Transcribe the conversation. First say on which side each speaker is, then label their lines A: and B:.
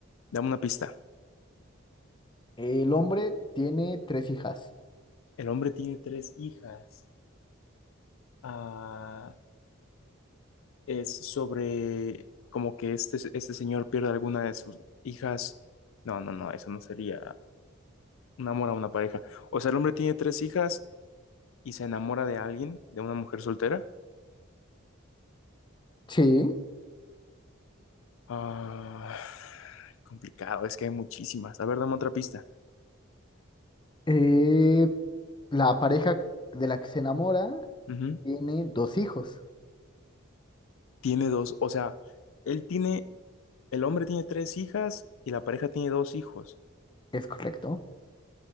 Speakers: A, on the left; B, on the left.
A: Dame una pista.
B: El hombre tiene tres hijas.
A: El hombre tiene tres hijas. Ah, es sobre como que este, este señor pierde alguna de sus hijas. No, no, no, eso no sería un amor a una pareja. O sea, el hombre tiene tres hijas y se enamora de alguien, de una mujer soltera.
B: Sí.
A: Ah, complicado, es que hay muchísimas. A ver, dame otra pista.
B: Eh, la pareja de la que se enamora
A: Ujú.
B: tiene dos hijos.
A: Tiene dos, o sea, él tiene, el hombre tiene tres hijas y la pareja tiene dos hijos.
B: Es correcto.